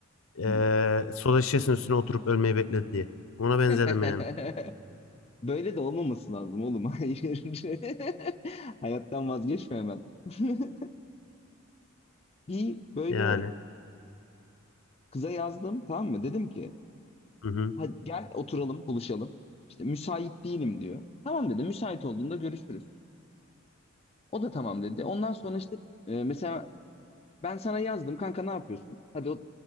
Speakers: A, on the left (about 70°); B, on the left (about 30°).
A: eee
B: Hı.
A: soda şişesinin üstüne oturup ölmeyi bekledi diye. Ona benzedim
B: <laughs>
A: yani.
B: Böyle de olmaması lazım oğlum. <laughs> Hayır. <laughs> Hayattan vazgeçme hemen. <laughs> Bir böyle
A: Yani.
B: kıza yazdım tamam mı? Dedim ki
A: Hı hı.
B: hadi gel oturalım buluşalım. İşte müsait değilim diyor. Tamam dedi müsait olduğunda görüşürüz. O da tamam dedi. Ondan sonra işte e, mesela ben sana yazdım kanka ne yapıyorsun? Hadi o,